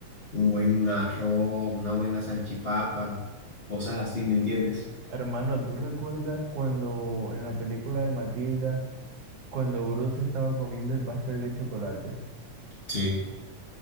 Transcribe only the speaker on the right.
Hermano, ¿tú recuerdas cuando en la película de Matilda, cuando Bruce estaba comiendo el pastel de chocolate?